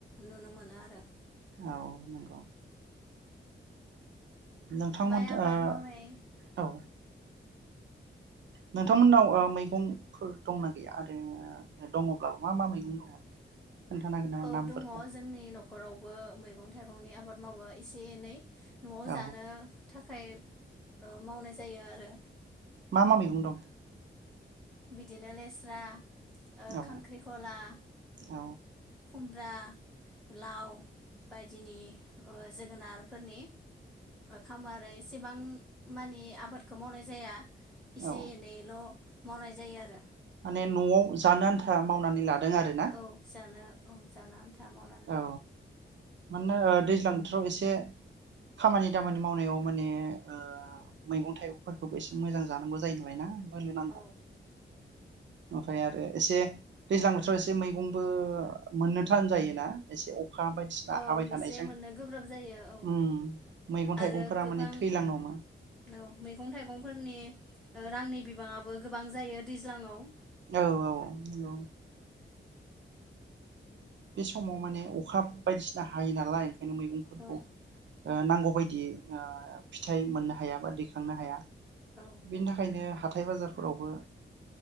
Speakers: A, in the centre; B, on the right (about 70°).
A: नुनो मोनो आरो।
B: औ नंगौ। नोंथांमोन
A: माइ आबाद
B: ओ
A: मावनाय
B: औ नोंथांमोननाव ओ मैगं फोर दंना गैया आरो दङब्लाबो मा मा मैगं दङ खोन्थानो हागोन नामा
A: औ
B: नामफोरखौ
A: दङ जोंनि नख'रावबो मैगं थाइगंनि आबाद मावो एसे एनै न'आव
B: औ
A: जानो थाख फ्राय मावनाय जायो आरो
B: मा मा मैगं दं
A: बिदिनो लेस्रा ओ
B: औ
A: खांख्रिखला
B: औ
A: खुमब्रा लाव बायदिनि ओ जोगोनारफोरनि खामो आरो एसेबां मानि आबादखौ मावनाय जाया इसे
B: औ
A: एनैल' मावनाय जायो आरो
B: माने न'आव जानो आन्था मावनानै लादों आरोना
A: औ जानो औ जानो आन था मावनानै
B: औ
A: लादों
B: मानोना दैज्लां बोथोराव एसे खामानि दामानि मावनायाव माने ओ मैगं थाइगंफोरखौबो एसे मोजां जानांगौ जायो नालाय ना। होनो नांगौ
A: औ
B: ओमफ्राय आरो एसे दैज्लां बोथोराव एसे मैगंबो मोननो थान जायोना एसे अखा बायदिसिना
A: औ
B: हाबाय थानायजों
A: एसे मोननो गोब्राब जायो औ
B: उम मैगं थाइगंफोरा
A: आरो गोबां
B: माने थैलांनो हमो
A: औ मैगं थाइगंफोरनि रांनि बिबाङाबो गोबां जायो दैज्लाङाव
B: औ औ औ बे समाव माने अखा बायदिसिना हायो नालाय नों मैगंफोरखौ
A: औ
B: ओ नांगौ बायदियै ओ फिथाइ मोननो हाया बा दैखांनो हाया।
A: औ
B: बेनि थाखायनो हाथ हाथाय बाजारफोरावबो